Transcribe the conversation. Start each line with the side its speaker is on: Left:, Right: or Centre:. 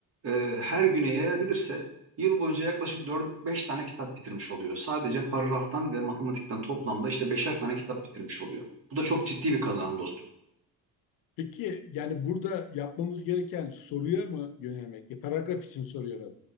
Right: e, her güne yayabilirse yıl boyunca yaklaşık dört beş tane kitap bitirmiş oluyor. Sadece paragraftan ve matematikten toplamda işte beşer tane kitap bitirmiş oluyor. Bu da çok ciddi bir kazanım dostum.
Left: Peki yani burada yapmamız gereken soruya mı yönelmek? E, paragraf için soruyorum.